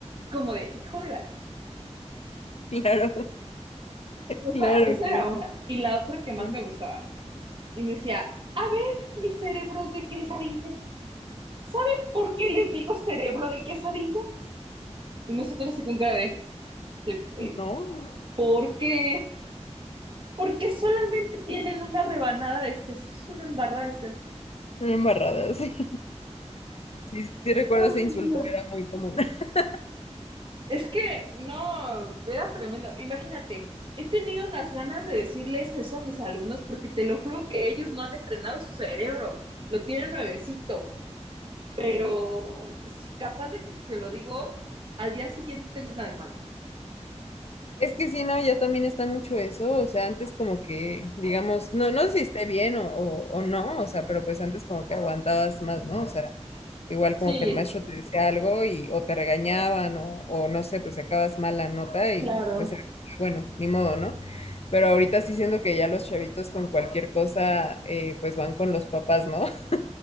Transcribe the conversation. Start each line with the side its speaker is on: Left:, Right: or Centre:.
Right: Como de, hijo de la ch-
Left: claro, <laughs>
Right: O
Left: claro,
Right: sea, esa
Left: claro.
Right: era una. Y la otra que más
Left: Ajá.
Right: me gustaba. Y me decía, a ver, mis cerebros de quesadilla. ¿Saben por qué les digo cerebro de quesadilla? Y nosotros se con cara de, de pe-
Left: No.
Right: ¿por qué? Porque solamente tienen una rebanada de sesos, una embarrada de sesos.
Left: Una embarrada, <laughs> sí. Sí, sí sí recuerdo
Right: Ay,
Left: ese insulto,
Right: Dios.
Left: era muy común. <laughs>
Right: Es que no, era tremendo. Imagínate, he tenido unas ganas de decirles eso a mis alumnos porque te lo juro que ellos no han estrenado su cerebro, lo tienen nuevecito, pero si capaz de que si se lo digo, al día siguiente tengo una demanda.
Left: Es que sí, no, ya también está mucho eso, o sea, antes como que, digamos, no, no sé si esté bien o, o, o no, o sea, pero pues antes como que aguantabas más, ¿no? O sea, igual
Right: Sí,
Left: como que el maestro te decía algo y o te regañaban o, o no sé, pues sacabas mala nota y
Right: claro.
Left: pues era como que, bueno, ni modo, ¿no? Pero ahorita sí siento que ya los chavitos con cualquier cosa, eh, pues van con los papás, ¿no? <laughs>